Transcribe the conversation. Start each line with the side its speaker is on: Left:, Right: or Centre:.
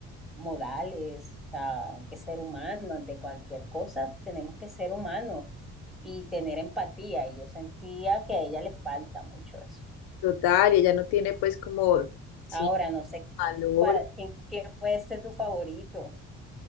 Centre: modales, o sea, hay que ser humano, ante cualquier cosa tenemos que ser humanos y tener empatía, y yo sentía que a ella le falta mucho eso.
Left: Total, y ella no tiene pues como, sí,
Centre: Ahora, no sé quién
Left: valor.
Centre: es tu fara- qué- qué puede ser tu favorito.